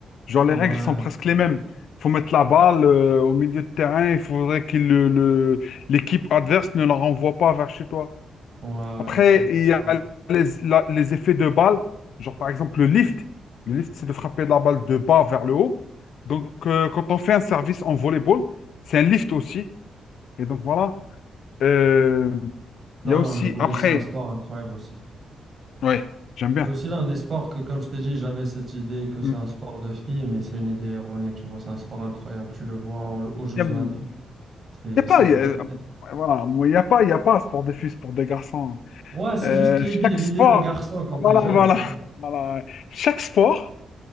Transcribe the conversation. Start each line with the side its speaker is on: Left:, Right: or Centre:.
Left: Genre,
Right: Ouais,
Left: les règles sont presque les mêmes. Il faut mettre la balle euh, au milieu de terrain, il faudrait que le, le- l'équipe adverse ne la renvoie pas vers chez toi.
Right: ouais, ouais,
Left: Après,
Right: c'est exactement
Left: il y a
Right: ça.
Left: les, la- les effets de balle, genre par exemple le lift. Le lift, c'est de frapper la balle de bas vers le haut. Donc, euh, quand on fait un service en volleyball, c'est un lift aussi. Et donc voilà. Euh,
Right: Non,
Left: Il y a aussi,
Right: non, le volley,
Left: après,
Right: c'est un sport incroyable aussi.
Left: ouais, j'aime bien.
Right: C'est aussi l'un des sports que, comme je t'ai dit, j'avais cette idée que c'est
Left: Il
Right: un sport de filles, mais c'est une idée erronée. Tu vois, c'est un sport incroyable. Tu le vois en- aux Jeux
Left: y a, il
Right: Olympiques. C'est,
Left: y a pas,
Right: c'est
Left: il
Right: des
Left: y a, euh,
Right: athlètes.
Left: voilà, moi, il y a pas, il y a pas sport de fils pour des garçons.
Right: Ouais, c'est
Left: hein. Euh,
Right: juste l'idée,
Left: chaque
Right: l'idée
Left: sport,
Right: de garçon quand t'es
Left: voilà,
Right: jeune,
Left: voilà,
Right: tu vois.
Left: <laughs> voilà. Chaque sport,